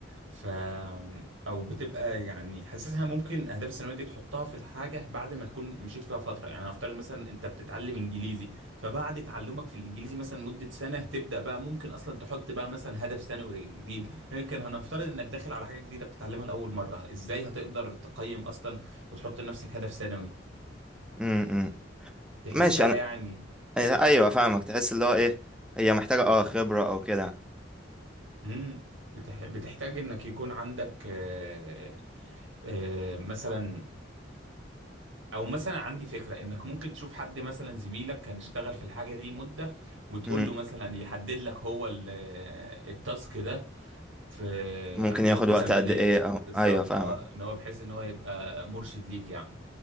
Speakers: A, on the right; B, in the centre.
A: ف او بتبقى يعني حاسسها ممكن الاهداف السنويه دي تحطها في الحاجه بعد ما تكون مشيت فيها فتره يعني هنفترض مثلا انت بتتعلم انجليزي فبعد تعلمك في الانجليزي مثلا مده سنه تبدا بقى ممكن اصلا تحط بقى مثلا هدف سنوي جديد لكن هنفترض انك داخل على حاجه جديده بتتعلمها لاول مره ازاي هتقدر تقيم اصلا وتحط لنفسك هدف سنوي
B: امم
A: تحسها
B: ماشي انا
A: يعني
B: أي- ايوه فاهمك تحس اللي هو ايه هي محتاجه اه خبره او كده
A: امم بتح... بتحتاج انك يكون عندك آه... آه... مثلا او مثلا عندي فكره انك ممكن تشوف حد مثلا زميلك كان اشتغل في الحاجه دي مده وتقول
B: امم
A: له مثلا يحدد لك هو ال- آه، التاسك ده في
B: ممكن
A: مده
B: ياخد وقت
A: زمنيه
B: قد ايه او
A: بالظبط
B: ايوه فاهمك
A: اه ان هو بحيث ان هو يبقى مرشد ليك يعني